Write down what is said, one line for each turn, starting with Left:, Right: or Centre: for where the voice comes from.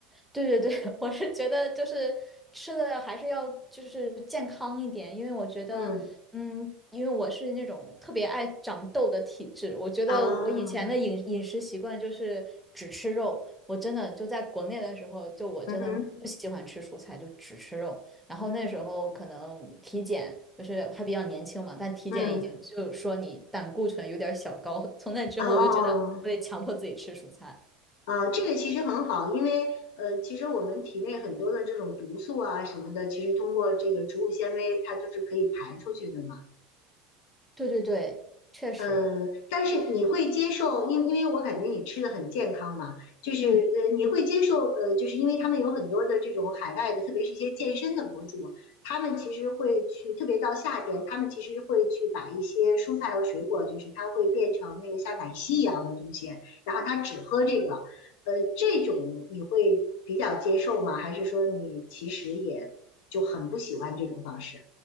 Centre: 对对对，<laughs> 我是觉得就是吃的还是要就是健康一点，因为我觉得，
Left: 嗯
Centre: 嗯，因为我是那种特别爱长痘的体质，我觉得我以前的饮饮食习惯就是只吃肉，
Left: 啊，
Centre: 我真的就在国内的时候，就我真的不喜欢吃蔬菜，
Left: 嗯哼，
Centre: 就只吃肉。然后那时候可能体检就是还比较年轻嘛，
Left: 嗯哼，
Centre: 但体检已经就说你胆固醇有点儿小高，
Left: 嗯，
Centre: 从那之后我就觉得我得强迫自己吃蔬菜。
Left: 哦，啊，这个其实很好，因为呃，其实我们体内很多的这种毒素啊什么的，其实通过这个植物纤维，它都是可以排出去的嘛。
Centre: 对对对，确实。
Left: 呃，但是你会接受，因因为我感觉你吃的很健康嘛，就是呃，
Centre: 嗯。
Left: 你会接受呃，就是因为他们有很多的这种海外的，特别是一些健身的博主，他们其实会去，特别到夏天，他们其实会去把一些蔬菜和水果，就是它会变成那个像奶昔一样的东西，然后他只喝这个，呃，这种你会比较接受吗？还是说你其实也就很不喜欢这种方式？